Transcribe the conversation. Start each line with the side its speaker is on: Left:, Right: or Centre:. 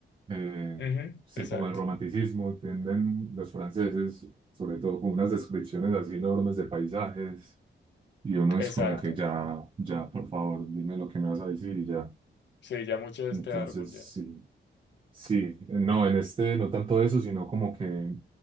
Right: Eh,
Left: Ujú,
Right: sí,
Left: Exacto.
Right: como el romanticismo, tienden los franceses, sobre todo con unas descripciones así enormes de paisajes, y uno
Left: Exacto.
Right: es como que ya, ya, por favor, dime lo que me vas a decir y ya.
Left: Sí, ya mucho de
Right: Entonces,
Left: este árbol ya.
Right: sí, sí, eh, no, en este no tanto eso, sino como que,